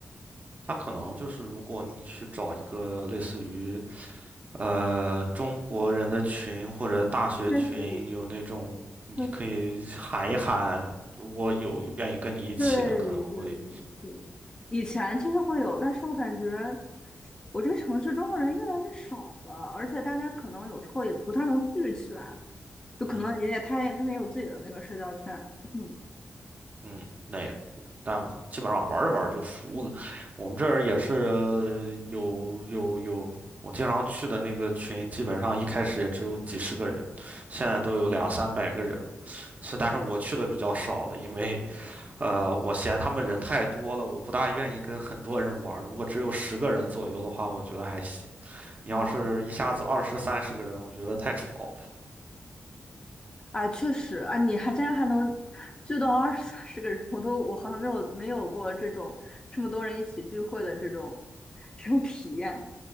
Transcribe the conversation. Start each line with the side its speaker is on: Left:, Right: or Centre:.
Right: 他可能就是，如果你去找一个类似于呃中国人的群或者大学群，
Left: 确实，
Right: 有那种你可以喊一喊，
Left: 确实
Right: 如果有愿意跟你一起的，
Left: 对
Right: 可能会
Left: 对对对，以前其实会有，但是我感觉我这个城市中国人越来越少了，而且大家可能有时候也不太能聚起来，就可能也也他也他们也有自己的那个社交圈。
Right: 嗯
Left: <laughs> <clears throat> 嗯，
Right: 嗯那个，但基本上玩着玩着就输了。我们这儿也是呃有有有，我经常去的那个群，基本上一开始也只有几十个人，现在都有两三百个人了。是，但是我去的比较少了，因为。呃，我嫌他们人太多了，我不大愿意跟很多人玩儿。如果只有十个人左右的话，我觉得还行。你要是一下子二十三十个人，
Left: 啊，
Right: 我觉得太吵
Left: 哎，确实，啊，你还竟然还能聚到二十三十个人，我都我好像没有没有过这种这么多人一起聚会的这种这种体验。